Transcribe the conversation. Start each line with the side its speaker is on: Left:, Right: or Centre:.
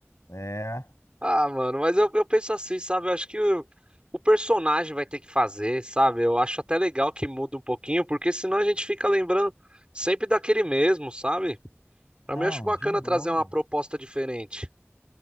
Left: É.
Right: Ah, mano, mas eu, eu penso assim, sabe? Eu acho que o, o personagem vai ter que fazer, sabe? Eu acho até legal que muda um pouquinho, porque senão a gente fica lembrando sempre daquele mesmo, sabe? Pra
Left: Não,
Right: mim, eu acho bacana
Left: de boa.
Right: trazer uma proposta diferente.